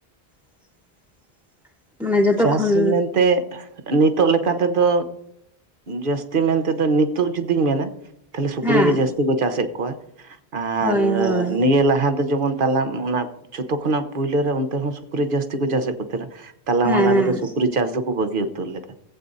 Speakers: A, in the centre; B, on the right (about 60°).
A: <inaudible>
B: ᱪᱟᱥ
A: ᱠᱷᱚᱱ
B: ᱢᱮᱱᱛᱮ ᱱᱤᱛᱚᱜ ᱞᱮᱠᱟ ᱛᱮᱫᱚ ᱡᱟᱹᱥᱛᱤ ᱢᱮᱱ ᱛᱮᱫᱚ ᱱᱤᱛᱚᱜ ᱡᱩᱫᱤᱧ ᱢᱮᱱᱟ ᱛᱟᱦᱚᱞᱮ ᱥᱩᱠᱨᱤ
A: ᱦᱮᱸ
B: ᱜᱮ ᱡᱟᱹᱥᱛᱤ ᱠᱚ ᱪᱟᱥᱮᱫ ᱠᱚᱣᱟ, ᱟᱨ
A: ᱦᱳᱭ ᱦᱳᱭ
B: ᱱᱤᱭᱟᱹ ᱞᱟᱦᱟ ᱫᱚ ᱡᱮᱢᱚᱱ ᱛᱟᱞᱟ ᱚᱱᱟ ᱡᱚᱛᱚ ᱠᱷᱚᱱᱟᱜ ᱯᱳᱭᱞᱳ ᱨᱮ ᱚᱱᱛᱮ ᱦᱚᱸ ᱥᱩᱠᱨᱤ ᱡᱟᱹᱥᱛᱤ ᱠᱚ ᱪᱟᱥᱮᱫ ᱠᱚ ᱛᱟᱦᱮᱱᱟ ᱛᱟᱞᱟ
A: ᱦᱮᱸ
B: ᱢᱟᱞᱟ
A: ᱦᱮᱸ
B: ᱨᱮᱫᱚ ᱥᱩᱠᱨᱤ ᱪᱟᱥ ᱫᱚᱠᱚ ᱵᱟᱹᱜᱤ ᱩᱛᱟᱹᱨ ᱞᱮᱫᱟ